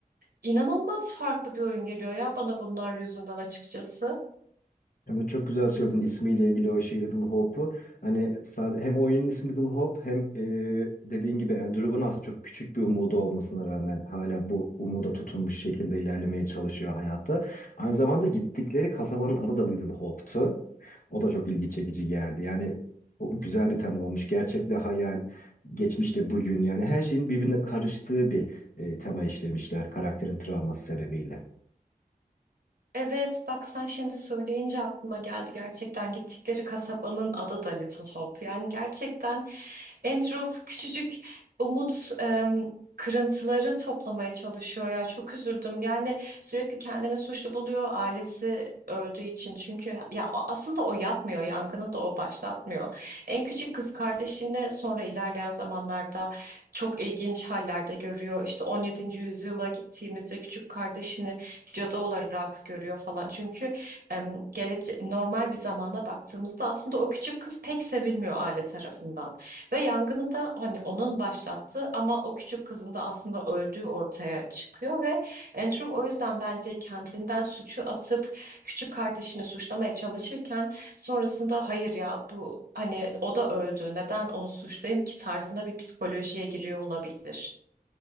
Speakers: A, on the right (about 75°); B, on the left (about 60°).
A: inanılmaz farklı bir oyun geliyor ya bana bunlar yüzünden açıkçası.
B: Evet çok güzel söyledin ismiyle ilgili o şey Little Hope'u. Hani sade, hem oyunun ismi Little Hope hem e, dediğin gibi Andrew'un aslında çok küçük bir umudu olmasına rağmen hala bu umuda tutunmuş şekilde ilerlemeye çalışıyor hayatta. Aynı zamanda gittikleri kasabanın adı da Little Hope'tu. O da çok ilgi çekici geldi. Yani o güzel bir tema olmuş. Gerçekle hayal, geçmişle bugün yani her şeyin birbirine karıştığı bir e, tema işlemişler karakterin travması sebebiyle.
A: Evet, bak sen şimdi söyleyince aklıma geldi gerçekten gittikleri kasabanın adı da Little Hope. Yani gerçekten Andrew küçücük umut em, kırıntıları toplamaya çalışıyor ya çok üzüldüm. Yani sürekli kendini suçlu buluyor ailesi öldüğü için. Çünkü ya o- aslında o yapmıyor, yangını da o başlatmıyor. En küçük kız kardeşini sonra ilerleyen zamanlarda çok ilginç hallerde görüyor. İşte 17. yüzyıla gittiğimizde küçük kardeşini cadı olarak görüyor falan. Çünkü em, gelece normal bir zamana baktığımızda aslında o küçük kız pek sevilmiyor aile tarafından. Ve yangını da hani onun başlattığı ama o küçük kızın da aslında öldüğü ortaya çıkıyor ve Andrew o yüzden bence kendinden suçu atıp küçük kardeşini suçlamaya çalışırken sonrasında hayır ya bu hani o da öldü neden onu suçlayayım ki tarzında bir psikolojiye giriyor olabilir.